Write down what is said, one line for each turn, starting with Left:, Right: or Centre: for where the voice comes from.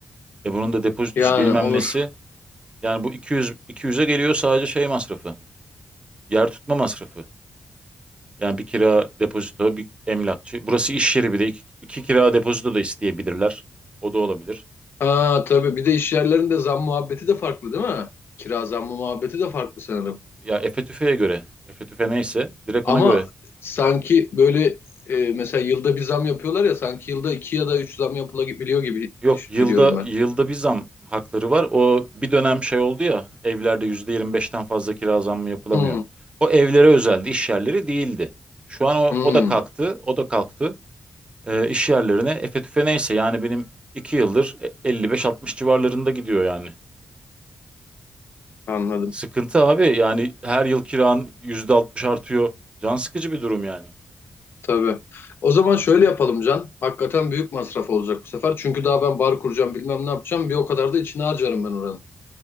Right: E bunun da depozitosu
Left: Yani
Right: bilmem
Left: olur.
Right: nesi. Yani bu 200 200'e geliyor sadece şey masrafı. Yer tutma masrafı. Yani bir kira depozito, bir emlakçı. Burası iş yeri bir de iki, iki kira depozito da isteyebilirler. O da olabilir.
Left: Aa tabii bir de iş yerlerinde zam muhabbeti de farklı değil mi? Kira zammı muhabbeti de farklı sanırım.
Right: Ya Efe Tüfe'ye göre. Efe Tüfe neyse direkt
Left: Ama
Right: ona göre.
Left: sanki böyle e, mesela yılda bir zam yapıyorlar ya sanki yılda iki ya da üç zam yapılabiliyor gibi
Right: Yok
Left: düş-
Right: yılda
Left: biliyorum ben.
Right: yılda bir zam hakları var. O bir dönem şey oldu ya evlerde %25'ten fazla kira zammı yapılamıyor.
Left: Hmm,
Right: O evlere özeldi, iş yerleri değildi. Şu an o,
Left: hmm,
Right: o da kalktı, o da kalktı. e, iş yerlerine efe tüfe neyse yani benim 2 yıldır e, 55-60 civarlarında gidiyor yani.
Left: anladım.
Right: Sıkıntı abi yani her yıl kiran %60 artıyor. Can sıkıcı bir durum yani.
Left: Tabii. O zaman şöyle yapalım Can. Hakikaten büyük masraf olacak bu sefer. Çünkü daha ben bar kuracağım bilmem ne yapacağım. Bir o kadar da içine harcarım ben oranın.